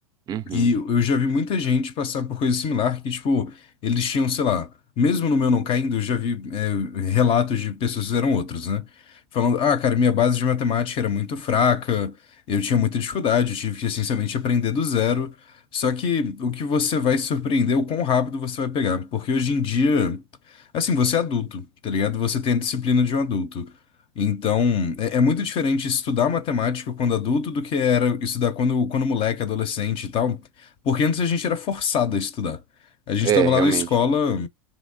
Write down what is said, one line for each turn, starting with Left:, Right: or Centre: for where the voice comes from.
Right: Uhum.
Left: E eu já vi muita gente passar por coisa similar, que, tipo, eles tinham, sei lá, mesmo no meu não caindo, eu já vi é, relatos de pessoas que fizeram outros, né? Falando, ah, cara, minha base de matemática era muito fraca, eu tinha muita dificuldade, eu tive que, essencialmente, aprender do zero. Só que o que você vai se surpreender é o quão rápido você vai pegar. Porque hoje em dia, assim, você é adulto, tá ligado? Você tem a disciplina de um adulto. Então, é, é muito diferente estudar matemática quando adulto do que era estudar quando, quando moleque, adolescente e tal. Porque antes a gente era forçado a estudar. A gente
Right: É,
Left: tava
Right: realmente.
Left: lá na escola